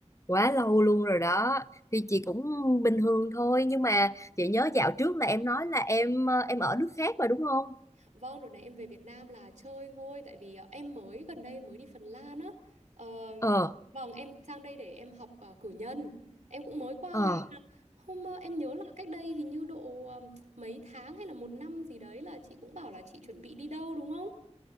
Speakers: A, on the left; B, on the right.
A: quá lâu luôn rồi đó thì chị cũng bình thường thôi nhưng mà chị nhớ dạo trước là em nói là em ờ, em ở nước khác mà đúng không
B: Vâng, đợt này em về Việt Nam là chơi thôi tại vì ờ, em mới gần đây mới đi Phần Lan á. Ờ,
A: ờ
B: vâng, em sang đây để em học ờ, cử nhân. Em cũng mới qua
A: ờ
B: rồi. ạ. Hôm ờ, em nhớ là cách đây hình như độ ờ, mấy tháng hay là một năm gì đấy là chị cũng bảo là chị chuẩn bị đi đâu đúng không?